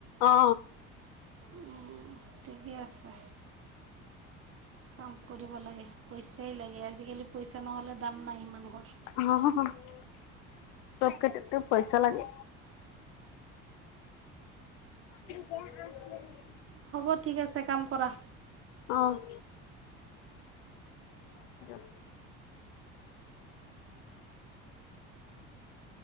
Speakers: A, on the left (about 85°); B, on the right (about 45°).
A: অ
B: উম ঠিকে আছে। কাম কৰিব লাগে পইচাই লাগে আজিকালি পইচা নহ'লে দাম নাই মানুহৰ
A: হ, হ চব ক্ষেত্ৰতে পইঁচা লাগে। <unintelligible>
B: হ'ব ঠিক আছে কাম কৰা।
A: অ' ৰাখিলো